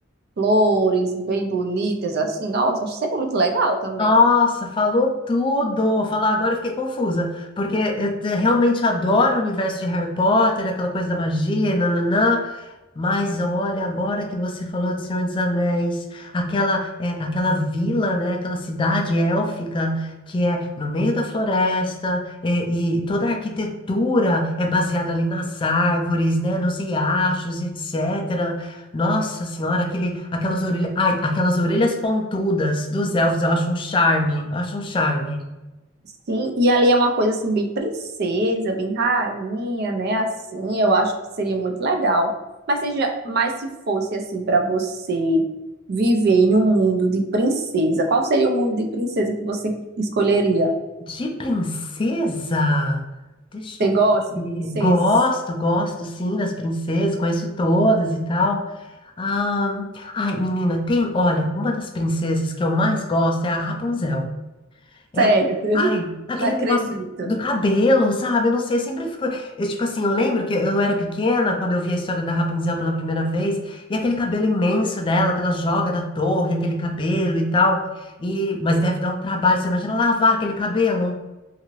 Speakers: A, on the right; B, on the left.
A: flores, bem bonitas, assim. Nossa, acho sempre muito legal também.
B: Nossa, falou tudo. Falar agora eu fiquei confusa, porque eu te- realmente adoro o universo de Harry Potter, aquela coisa da magia, e nananã. Mas olha, agora que você falou de Senhor dos Anéis, aquela é, aquela vila, né, aquela cidade élfica que é no meio da floresta é, e toda a arquitetura é baseada ali nas árvores, né, nos riachos, etc. Nossa senhora, aquele, aquelas orelhas, ai, aquelas orelhas pontudas dos elfos, eu acho um charme, eu acho um charme.
A: Sim, e ali é uma coisa assim, bem princesa, bem rainha, né? Assim, eu acho que seria muito legal. Mas seja, mas se fosse assim para você viver em um mundo de princesa, qual seria o mundo de princesa que você escolheria?
B: De princesa? Deixa
A: Você
B: eu
A: gosta
B: ver.
A: de princesas?
B: Gosto, gosto sim das princesas, conheço todas e tal. Ah, ai, menina, tem, olha, uma das princesas que eu mais gosto é a Rapunzel. É,
A: Sério, <laughs>
B: ai, aquele
A: não acredito.
B: negócio do cabelo, sabe? Eu não sei, sempre ficou. eu, Tipo assim, eu lembro que eu era pequena quando eu vi a história da Rapunzel pela primeira vez, e aquele cabelo imenso dela, que ela joga da torre, aquele cabelo e tal. E, mas deve dar um trabalho, você imagina lavar aquele cabelo?